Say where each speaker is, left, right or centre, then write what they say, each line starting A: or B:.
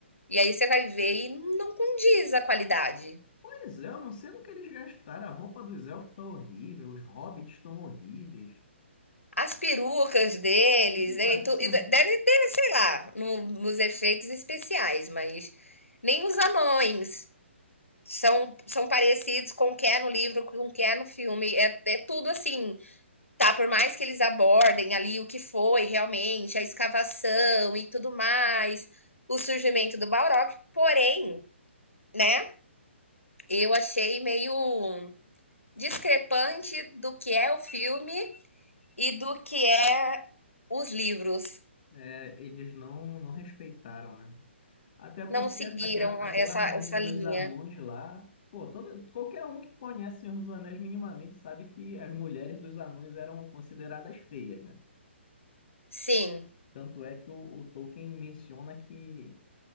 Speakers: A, on the left; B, on the left.
A: E aí você vai ver e não condiz a qualidade.
B: Pois é, eu não sei no que eles gastaram. A roupa dos elfos tá horrível, os hobbits estão horríveis.
A: As perucas deles,
B: Me parece
A: né? Então,
B: ser
A: e de-
B: um.
A: deve ter, sei lá, no- nos efeitos especiais, mas nem os anões são, são parecidos com o que é no livro, com o que é no filme. É, é tudo assim, tá? Por mais que eles abordem ali o que foi realmente, a escavação e tudo mais, o surgimento do Balrog, porém, né? Eu achei meio discrepante do que é o filme e do que é os livros.
B: É, eles não, não respeitaram, né? Até porque
A: Não seguiram
B: aquela, aquela
A: essa
B: rainha
A: essa linha.
B: dos anões lá, pô, toda, qualquer um que conhece Senhor dos Anéis minimamente sabe que as mulheres dos anões eram consideradas feias, né?
A: Sim,
B: Tanto é que o, o Tolkien menciona que